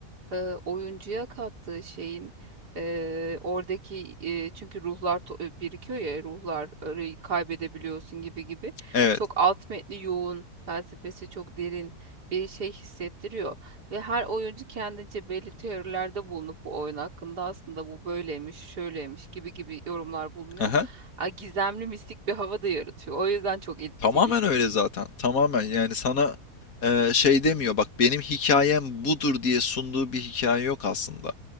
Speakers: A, on the right (about 85°); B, on the left (about 60°).
A: e, oyuncuya kattığı şeyin e, oradaki e, çünkü ruhlar to- e, birikiyor ya ruhlar orayı kaybedebiliyorsun gibi gibi.
B: Evet.
A: Çok alt metni yoğun, felsefesi çok derin bir şey hissettiriyor ve her oyuncu kendince belli teorilerde bulunup bu oyun hakkında aslında bu böyleymiş, şöyleymiş gibi gibi yorumlar bulunuyor.
B: Aha.
A: Ha, Gizemli mistik bir hava da yaratıyor. O yüzden çok ilgi
B: Tamamen
A: çekici.
B: öyle zaten. Tamamen yani sana eee, şey demiyor bak benim hikayem budur diye sunduğu bir hikaye yok aslında.